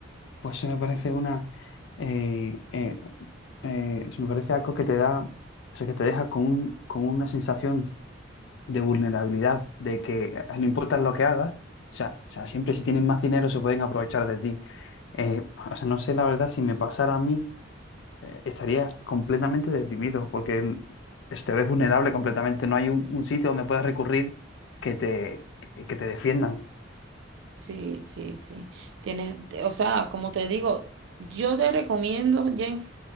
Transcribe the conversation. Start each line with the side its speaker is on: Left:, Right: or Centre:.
Left: pues eso me parece una, eh, eh, eh, eso me parece algo que te da, o sea, que te deja con, un- con una sensación de vulnerabilidad, de que eh, no importa lo que hagas, o sea, o sea, siempre si tienen más dinero se pueden aprovechar de ti. Eh, o sea, no sé la verdad si me pasara a mí, eh, estarías completamente deprimido porque el- es- te ves vulnerable completamente. No hay un, un sitio donde puedas recurrir que te, que que te defiendan.
Right: Sí, sí, sí. Tienes, o sea, como te digo, yo te recomiendo, Jens,